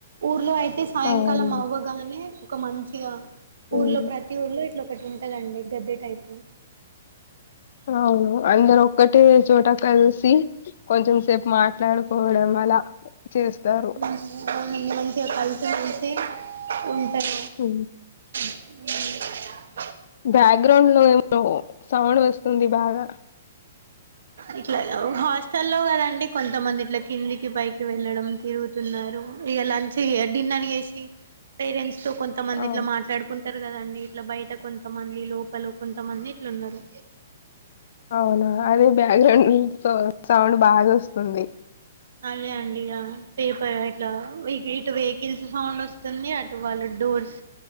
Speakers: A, on the right (about 70°); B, on the left (about 45°).
A: ఊర్లో అయిత్ తే సాయంకాలం
B: అవునండి
A: అవ్వగానే ఒక మంచ్ ఇగ
B: ఉమ్,
A: ఊర్లో ప్రతి ఊర్లే ఇట్లా అట్లుంటదండి గద్దె టైపు
B: అవును అందరు ఒక్కటే చోట కలిసి కొంచెం సేపు మాట్లాడుకోవడం అలా. చేస్తారు
A: ఉమ్, మంచిగా కల్చర్సి ఉంటారు.
B: హ
A: ఇ
B: బ్యాక్గ్రౌండ్ లో ఏమో సౌండ్ వస్తుంది బాగా
A: ఇట్లా హాస్టల్లో కదండి కొంతమంది ఇట్లా కిందికి పైకి వెళ్ళడం తిరుగుతున్నారు ఇక లంచ్ డిన్నర్ చేసి పేరెంట్స్. సో కొంతమంది
B: అవును
A: ఇట్లా మాట్లాడుకు ఉంటారు కదండి ఇట్లా బయట కొంత. కొంతమంది లోపల కొంతమంది లు ఉన్నారు
B: అవునా అదే బ్యాక్గ్రౌండ్ సౌ సౌండ్ బాగా వస్తుంది
A: అదే అండి ఇక పేపర్ ఇట్లా ఇటు వెహికల్స్ సౌండ్ వస్తుంది అటు వాళ్ళు డోర్స్